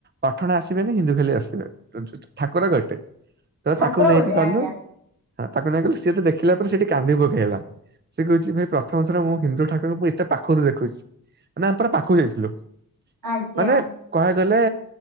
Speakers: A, on the right (about 30°); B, on the right (about 75°).
A: ପଠାଣ ଆସିବେନ ହିନ୍ଦୁ ଖାଲି ଆସିବେ ଠାକୁର ଗୋଟେ। ତ
B: ଠାକୁର
A: ତାକୁ ନେଇକି
B: ଗୋଟେ
A: ଗଲୁ
B: ଆଜ୍ଞା
A: ହଁ ତାକୁ ନେଇ ଗଲୁ ସିଏ ତ ଦେଖିଲା ପରେ ସେଠି କାନ୍ଦି ପକେଇଲା। ସେ କହୁଛି ଭାଇ ପ୍ରଥମ ଥର ମୁଁ ହିନ୍ଦୁ ଠାକୁରଙ୍କୁ ଏତେ ପାଖରୁ ଦେଖୁଛି ମାନେ ଆମେ ପୁରା ପାଖକୁ ଯାଇଥିଲୁ।
B: ଆଜ୍ଞା
A: ମାନେ କୁହିବାକୁଗଲେ